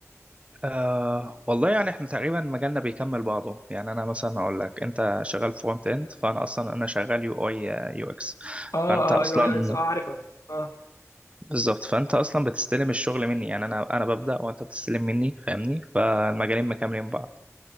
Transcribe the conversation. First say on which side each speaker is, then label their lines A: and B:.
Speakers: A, on the right; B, on the left.
A: أه والله يعني احنا تقريبا مجالنا بيكمل بعضه يعني انا مثلا اقول لك انت شغال فرونت اند فانا اصلا انا شغال يو اي يو اكس
B: آه،
A: فانت اصلا
B: آه UI UX آه عارفها، آه،
A: بالظبط فانت اصلا بتستلم الشغل مني يعني انا انا ببدا وانت بتستلم مني فاهمني فالمجالين مكملين بعض